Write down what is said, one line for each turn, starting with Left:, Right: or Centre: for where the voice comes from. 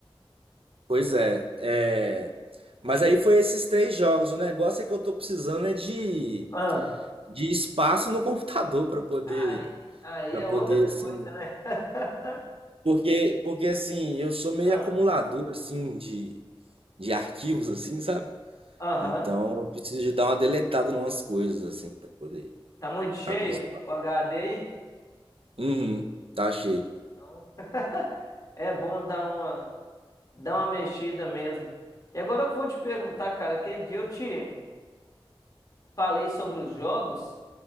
Right: Pois é, é... Mas aí foi esses três jogos. O negócio é que eu tô precisando é de,
Left: Ah,
Right: de espaço no computador pra poder,
Left: aí, aí
Right: para
Left: é
Right: poder,
Left: outra
Right: assim...
Left: coisa, né? <laughs>
Right: Porque, porque assim, eu sou meio
Left: Ah,
Right: acumulador assim de, de arquivos assim, sabe?
Left: Aham.
Right: Então, eu preciso de dar uma deletada em umas coisas assim pra poder
Left: Tá muito cheio
Right: abrir espaço.
Left: o HD aí?
Right: Uhum, tá cheio.
Left: Então, é bom dar uma, dar uma mexida mesmo. E agora eu que vou te perguntar, cara, aquele dia eu te falei sobre os jogos